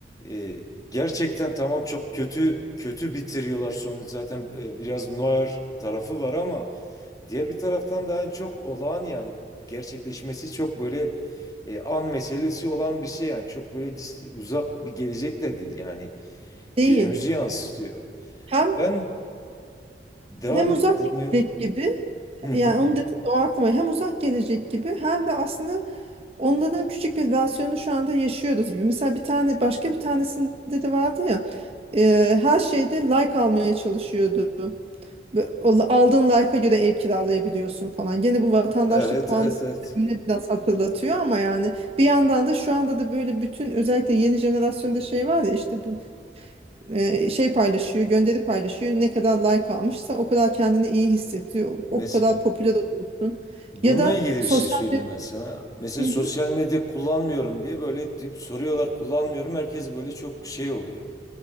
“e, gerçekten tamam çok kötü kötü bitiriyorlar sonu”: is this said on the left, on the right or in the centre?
Left